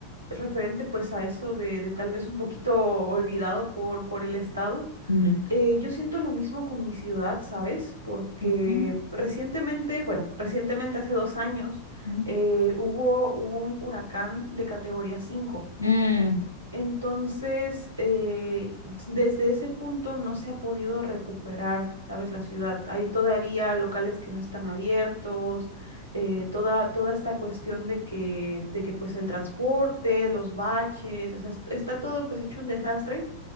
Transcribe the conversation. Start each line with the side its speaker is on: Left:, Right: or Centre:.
Right: referente pues a eso de, de tal vez un poquito olvidado por, por el Estado.
Left: Ujú,
Right: Eh, yo siento lo mismo con mi ciudad, ¿sabes? Porque
Left: ujú,
Right: recientemente, bueno, recientemente hace dos años,
Left: ujú.
Right: eh, hubo un huracán de categoría cinco
Left: Mm,
Right: Entonces, eh, desde ese punto no se ha podido recuperar, ¿sabes? La ciudad. Hay todavía locales que no están abiertos, eh, toda, toda esta cuestión de que, de que pues el transporte, los baches, o sea, est- está todo pues hecho un desastre.